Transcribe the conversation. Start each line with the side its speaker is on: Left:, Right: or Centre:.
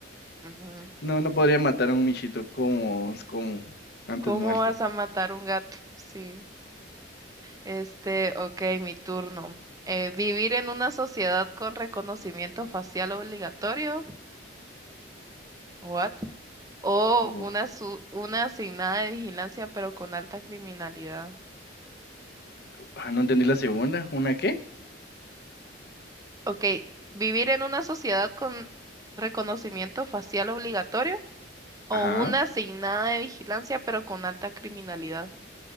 Right: Ujú.
Left: No, no podría matar a un michito como, como antes
Right: ¿Cómo
Left: muerto.
Right: vas a matar un gato? Sí. Este, ok, mi turno. Eh, ¿vivir en una sociedad con reconocimiento facial obligatorio? What? O
Left: Uh,
Right: una, su- una asignada de vigilancia, pero con alta criminalidad.
Left: ah, no entendí la segunda. ¿Una qué?
Right: Ok, vivir en una sociedad con reconocimiento facial obligatorio o
Left: Ajá.
Right: una asignada de vigilancia, pero con alta criminalidad.